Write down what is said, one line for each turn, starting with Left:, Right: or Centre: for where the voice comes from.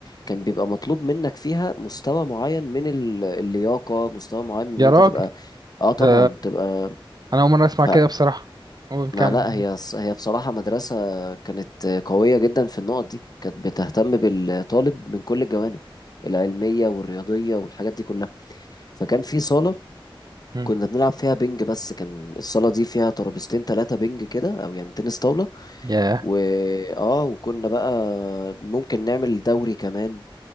Left: كان بيبقى مطلوب منك فيها مستوى معين من ال- اللياقة مستوى معين من ان
Right: يا
Left: انت
Right: راجل
Left: تبقى اه طبعا
Right: ده
Left: تبقى
Right: انا اول مره اسمع
Left: فما
Right: كده بصراحه قول كم
Left: لا هي ص- هي بصراحة مدرسة كانت قوية جدا في النقط دي كانت بتهتم بالطالب من كل الجوانب العلمية والرياضية والحاجات دي كلها فكان في صالة
Right: مم.
Left: كنا بنلعب فيها بينج بس كان الصالة دي فيها ترابيزتين تلاتة بينج كده أو يعني تنس طاولة
Right: ياه
Left: وآه وكنا بقى ممكن نعمل دوري كمان